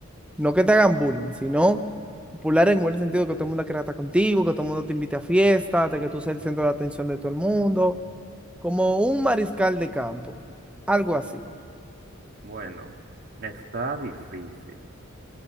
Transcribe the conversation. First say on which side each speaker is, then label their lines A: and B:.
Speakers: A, in the centre; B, on the right.
A: No que te hagan bullying, sino popular en el buen sentido, que todo el mundo quiera estar contigo, que todo el mundo te invite a fiestas, de que tú seas el centro de atención de todo el mundo, como un mariscal de campo, algo así.
B: Bueno, está difícil,